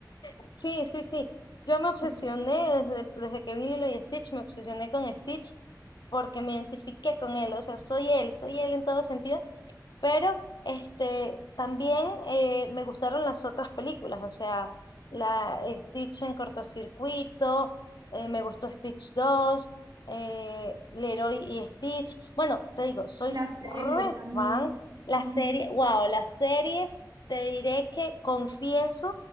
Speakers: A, on the left; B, on the right.
A: Sí, sí, sí. Yo me
B: sí.
A: obsesioné desde, desde que vi Lilo y Stitch, me obsesioné con Stitch porque me identifiqué con él. O sea, soy él, soy él en todo sentido. Pero este, también eh, me gustaron las otras películas, o sea, la eh, Stitch en cortocircuito, eh, me gustó Stitch dos eh, Leroy y Stitch. Bueno, te digo, soy
B: La serie
A: re
B: también.
A: fan. La
B: Ujú,
A: serie, wow, la serie, te diré que confieso